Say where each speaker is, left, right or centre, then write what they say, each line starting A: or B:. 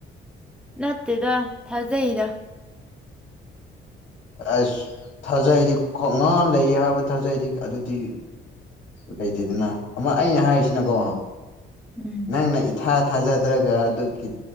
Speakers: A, in the centre; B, on the left.
A: ꯅꯠꯇꯦꯗ ꯊꯥꯖꯩꯗ
B: ꯑꯁ ꯊꯥꯖꯩꯗꯤ ꯈꯣꯡꯉꯥꯡ ꯂꯩ ꯍꯥꯏꯕ ꯊꯥꯖꯩꯗꯤ ꯑꯗꯨꯗꯤ ꯂꯩꯇꯦ ꯑꯗꯨꯅ ꯑꯃꯨꯛ ꯑꯩꯅ ꯍꯥꯏꯔꯤꯁꯤꯅꯀꯣ
A: ꯎꯝ
B: ꯅꯪꯅ ꯏꯊꯥ ꯊꯥꯖꯗ꯭ꯔꯒ ꯑꯗꯨꯒꯤ